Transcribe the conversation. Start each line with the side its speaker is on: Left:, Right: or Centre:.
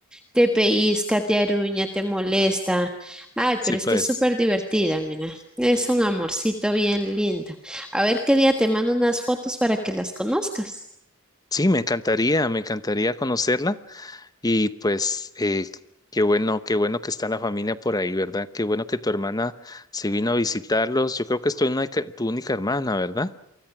Centre: te pellizca, te aruña, te molesta. Ay,
Left: Sí,
Centre: pero
Left: pues.
Centre: es que es súper divertida, mira. Es un amorcito bien lindo. A ver qué día te mando unas fotos para que las conozcas.
Left: Sí, me encantaría, me encantaría conocerla. Y pues, eh, qué bueno, qué bueno que está la familia por ahí, ¿verdad? Qué bueno que tu hermana se vino a visitarlos. Yo creo que es tu única, tu única hermana, ¿verdad?